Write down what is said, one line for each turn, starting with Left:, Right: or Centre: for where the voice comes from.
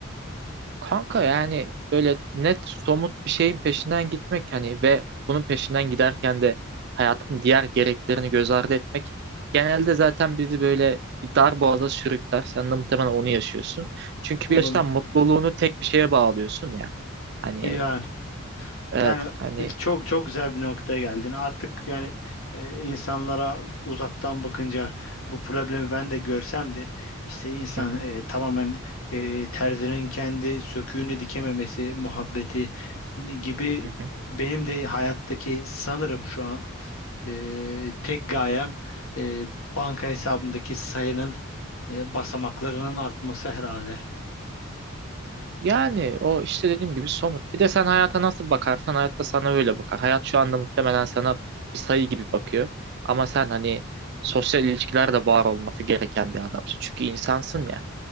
Right: Kanka yani böyle net somut bir şeyin peşinden gitmek hani ve bunun peşinden giderken de hayatın diğer gereklerini göz ardı etmek genelde zaten bizi böyle bir dar boğaza sürükler. Sen de muhtemelen onu yaşıyorsun. Çünkü
Left: Olamıyor.
Right: bir açıdan mutluluğunu tek bir şeye bağlıyorsun ya. Hani
Left: Yani.
Right: evet
Left: Yani
Right: hani
Left: e, çok çok güzel bir noktaya geldin. Artık yani e, insanlara uzaktan bakınca bu problemi ben de görsem de işte insan
Right: Hı hı,
Left: e, tamamen e, terzinin kendi söküğünü dikememesi muhabbeti gibi
Right: hı hı.
Left: benim de hayattaki sanırım şu an e, tek gayem e, banka hesabımdaki sayının e, basamaklarının artması herhalde.
Right: Yani o işte dediğim gibi somut. Bir de sen hayata nasıl bakarsan hayat da sana öyle bakar. Hayat şu anda muhtemelen sana bir sayı gibi bakıyor. Ama sen hani sosyal ilişkilerde var olması gereken bir adamsın. Çünkü insansın ya.